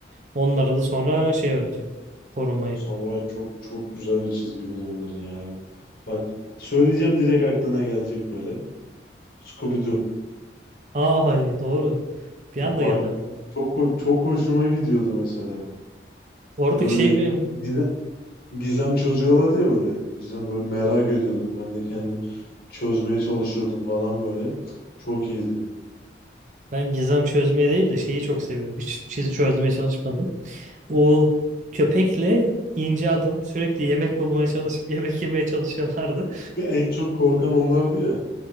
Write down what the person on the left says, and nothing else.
Samuray çok çok güzel bir çizgi filmdir ya. Bak söyleyeceğim direkt aklına gelecek böyle. Scooby-Doo.
Bak
çok ho- çok hoşuma gidiyordu mesela.
Böyle
gizem, gizem çözüyorlardı ya böyle. Gizem böyle merak ediyordum. Ben de kendim çözmeye çalışıyordum falan böyle. Çok iyiydi.
Ve en çok korkan onlardı ya.